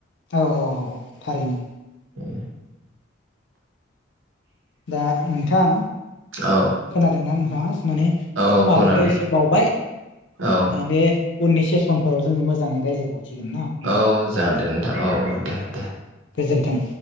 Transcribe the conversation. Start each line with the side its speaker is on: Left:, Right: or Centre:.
Left: औ औ औ थारैनो
Right: <unintelligible>
Left: दा नोंथां
Right: औ
Left: खोनादोंना नोंथाङा माने
Right: औ
Left: समाबोथ'
Right: खोनादों
Left: एसे बावबाय
Right: औ
Left: माने उननि सेसनफोराव जोङो मोजाङै रायलायबावसिगोन ना? नोंथां
Right: औ जागोन दे नोंथां औ औ दे दे
Left: गोजोन्थों